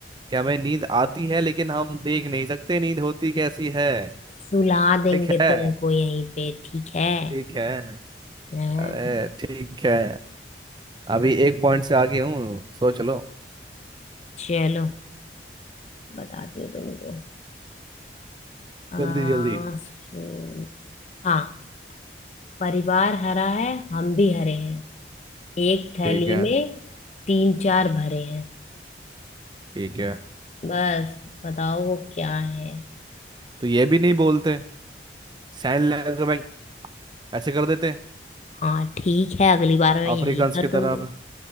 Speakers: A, on the right; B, on the left.
A: क्या हमें नींद आती है लेकिन हम देख नहीं सकते नींद होती कैसी है
B: सुला देंगे
A: ठीक है
B: तुमको यहीं पे ठीक है
A: ठीक है
B: हाँ,
A: अरे ठीक है अभी एक पॉइंट से आगे हूँ सोच लो
B: चलो बताती हूँ तुमको आ,
A: जल्दी जल्दी
B: सो, हाँ परिवार हरा है हम भी हरे हैं एक थैली
A: ठीक है
B: में तीन चार भरे हैं
A: ठीक है
B: बस बताओ वो क्या है
A: तो ये भी नहीं बोलते साइन लैंग्वेज ऐसे कर देते
B: हाँ ठीक है अगली बार मैं यही
A: अफ्रीकन
B: कर
A: की
B: दूंगी
A: तरह